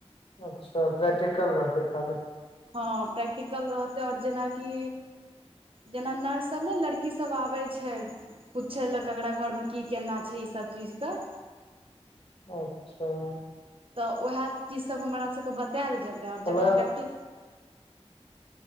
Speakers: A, on the left; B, on the right.
A: अच्छऽ प्रैक्टिकल रहतै खाली
B: हँ प्रैक्टिकल रहतै आओर जेनाकि जेना नर्ससब नय लड़की सब आबै छै पुछै लऽ ककरा घर मऽ की केना छै ईसब चीज कऽ
A: अच्छऽ
B: तऽ ओहै चीजसब हमरा सभ कऽ बतैल जेतै आओर
A: क्लास
B: जखन प्रैक्टि